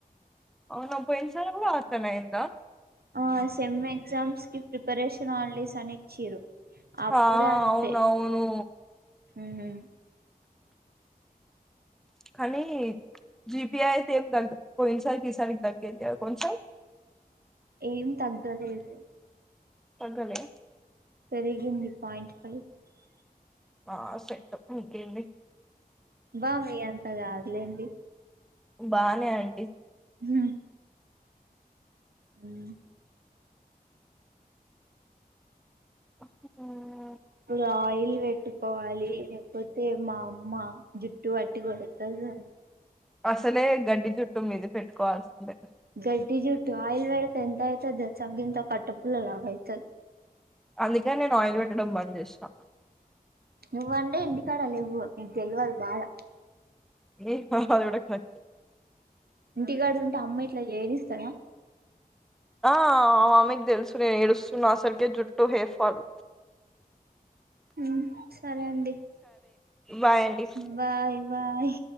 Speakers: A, in the centre; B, on the right.
A: అవునా పోయినసార్ కూడా అట్లనే అయ్యిందా
B: ఆ సెమ్మే ఎగ్జామ్స్ కి ప్రిపరేష రాళ్ళేసని చీరు అప్పుడు
A: ఆ
B: అంతే
A: అవునవును
B: ఉహూ
A: కానీ జిపిఐ స ఏమ్ కంట్ పో ఈ సారికి ఈసారికి తగ్గేది కాదు కొంచం
B: ఏం తగ్గలేదు
A: తగ్గలే
B: పెరిగింది పాయింట్ పాయింట్ ఫైవ్
A: ఆ సెట్ప్పకేంది
B: బా మీ అంత కాదులేండి
A: బానే అండి
B: హ ఉం
A: ఉం
B: ఇప్పుడు ఆయిల్ పెట్టుకోవాలి లేకపోతే మా అమ్మ జుట్టు పట్టి కొడతది
A: అసలే గడ్డి చుట్టు మీది పెట్టుకోవాల్సిందే
B: గడ్డిజుట్టు ఆయిల్ పెడితే ఎంత అయితది దే చగింత కట్టపుల వాయతే
A: అందుకని నేను ఆయిల్ పెట్టడం బంద్ చేసినా
B: నువ్వంటే ఇంటికాడ లేవ్వు నీకు తెలవదు బాద
A: ఏ నాది కూడా కరెక్ట్
B: ఇంటికాడ ఉంటే అమ్మ ఇట్లా చేయనిస్తాదా
A: ఆ మా మమ్మి కి తెలుసు నేను ఏడుస్ నా అసల్కే జుటు హెర్ ఫాల్
B: ఆ సరే అండి
A: బాయ్ అండి
B: బాయ్ బాయ్